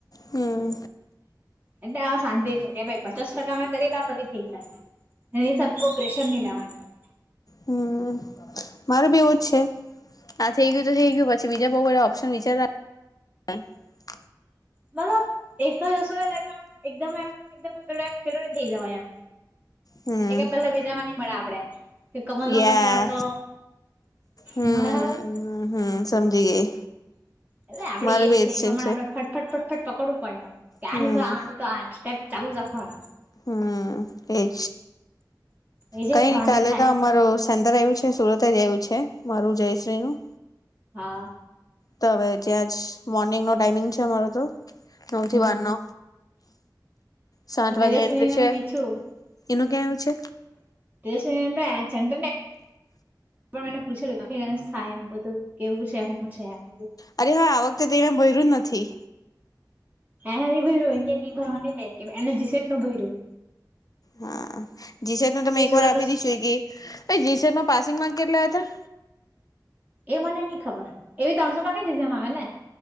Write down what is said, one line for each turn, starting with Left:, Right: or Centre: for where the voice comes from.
Left: હમ
Right: એટલે આવ શાંતિ છે કે ભાઈ પચાસ ટકા મે કરી દાવ તો બી થઇ જાહે. એ <unintelligible> પ્રેશર ની લેવાનું મળે.
Left: હમ મારું બી એવું જ છે આ થઈ ગયું તો થઈ ગયું પછી બીજા બહુ બધા ઓપ્શન વિચારવા હ <unintelligible>
Right: મતલબ એકવાર જશો નેને એકદમ એમ એકમ પેલું એમ પેલું ન થઇ જવાય એમ
Left: હમ
Right: એ કે પેલા ભેજા ન મળે આપડે. કે કમલ નો
Left: યા
Right: પણની આડતો <unintelligible>
Left: હમ હમ સમજી ગઈ
Right: અલે આપડે
Left: મારે
Right: એજ
Left: બી
Right: છે એ
Left: સીન
Right: પ્રમાણે <unintelligible> ફટફટ ફટફટ પકડવું પડે એમ. ત્યાં
Left: હમ
Right: નની તો આ તો સ્ટેપ ચાલુ જ રાખવાના.
Left: હમ-મ-મ એજ
Right: એ જે
Left: કઈ
Right: થવાનું
Left: નની કાલે
Right: તે થાય
Left: તો અમાર સેન્ટર આવ્યું છે. સુરત જ એવું છે, મારું જયશ્રીનુંું
Right: હા!
Left: તો હવે જ્યાં જ મોર્નિંગ નો ટાઈમિંગ છે અમાર તો! નવથી
Right: હમ
Left: બારનો સાત વાગે
Right: તેજસ્વીનીને
Left: એન્ટ્રી છે,
Right: પૂછ્યું
Left: એનું ક્યાં આવું છે?
Right: <unintelligible> પણ મને પૂછેલ <unintelligible> સા એમ બધું કેવું છે હું છેમ બધું!
Left: અરે હવે આ વખતે તે ભય્યું નથી
Right: એના ન ભયર્યું એ કે ન ભરવા ન એના જીસેટ નું ભય્યું.
Left: હા! જીસર નું તમે એક
Right: સુરત
Left: વાર આપી
Right: નું
Left: દી સ્ગી પ જીસર ન પાસિંગ માં કેટલો હતા?
Right: એ મને નઈ ખબર એવી ત્રણસો માંગી જ જે એમ આવે ને!